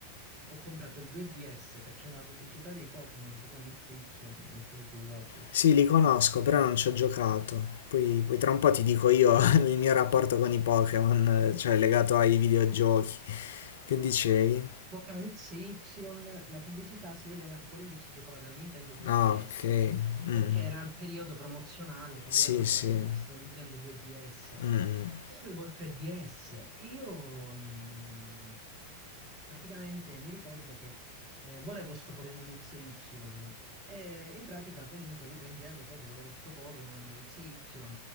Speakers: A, on the right (about 35°); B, on the left (about 60°).
A: ho comprato il 2DS perché nella pubblicità dei Pokémon, Pokémon X e Y, non so se ti ricordi,
B: Sì, li conosco,
A: se ti piacciono.
B: però non ci ho giocato. Poi, poi tra un po' ti dico io <laughs> il mio rapporto con i Pokémon, eh, cioè legato ai videogiochi. Che dicevi?
A: Pokémon XY, la pubblicità si vedeva che quello lì ci giocava dal Nintendo 2DS,
B: Ah, ok. Mm.
A: perché era il periodo promozionale che
B: Sì,
A: dovevano
B: sì.
A: vendere sto Nintendo 2DS. E
B: Mm.
A: io avevo il 3DS e io mh, praticamente mi ricordo che eh, volevo sto Pokémon XY. E Y. E in pratica comunque io piangevo co che volevo sto Pokémon XY e Y